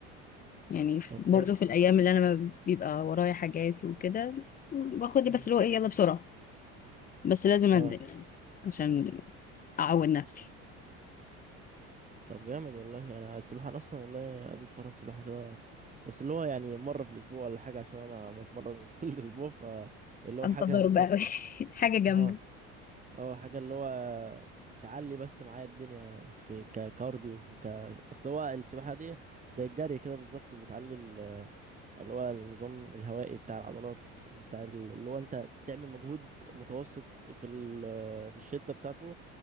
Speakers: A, on the left; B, on the right.
A: يعني ف-
B: طب
A: برضو
B: حلو
A: في الأيام اللي أنا ما بيبقى ورايا حاجات وكده باخد لي
B: مم.
A: بس اللي هو إيه يلا بسرعة بس لازم أنزل
B: اه
A: يعني عشان أعود نفسي
B: طب جامد والله انا السباحة انا اصلا والله عايز اتمرن سباحة كده بس اللي هو يعني مرة في الاسبوع ولا حاجة عشان انا بتمرن <laughs> طول الاسبوع فاللي هو
A: أنت
B: حاجة
A: ضرب
B: مثلا
A: أوي <laughs> حاجة جنبي
B: <laughs> اه حاجة اللي هو تعلي بس معايا الدنيا في ككارديو وك اصل هو السباحة دي زي الجري كده بالظبط بتعلي ال- اللي هو النظام الهوائي بتاع العضلات بتاع ال- اللي هو انت تعمل مجهود متوسط في ال في الشدة بتاعته